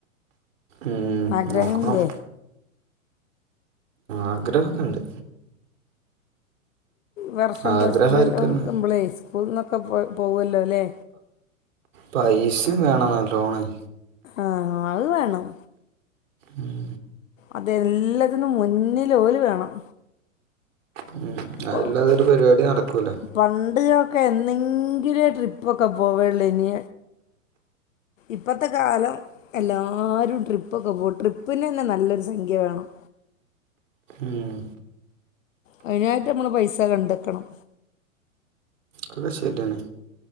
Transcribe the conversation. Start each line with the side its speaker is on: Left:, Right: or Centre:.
Right: ഇം
Left: ആഗ്രഹംല്ലേ
Right: നോക്കണം ആഗ്രഹൊക്കെണ്ട്
Left: വർഷം
Right: ആഗ്രഹായിരിക്കന്നെ
Left: പ്ലസ് ടു എല്ലാം എംപ്ലോയ്‌സ് <unintelligible> ഒക്കെ പോ പോവല്ലോ ല്ലേ
Right: പൈസിംവേണം നല്ലോണം
Left: ആഹ് അത് വേണം
Right: ഉം
Left: അതെല്ലാത്തിന്നും മുന്നില് ഓല് വേണം
Right: ഉം
Left: ഇപ്പൊ
Right: അതില്ലാതൊരു പരിപാടി നടക്കൂല
Left: പണ്ട് ഒക്കെ എന്നെങ്കിലും ട്രിപ് ട്രിപ്പൊക്കെ പോവേള്ള ഇനി ഇപ്പത്തെ കാലം എല്ലാരും ട്രിപ്പൊക്കെ പോകും ട്രിപ്പിന് തന്നെ നല്ലൊരു സംഖ്യ വേണം
Right: ഉം
Left: അതിനായിട്ട് നമ്മള് പൈസ കണ്ടെത്ത ണം
Right: അതൊക്കെ ശരിതന്നെ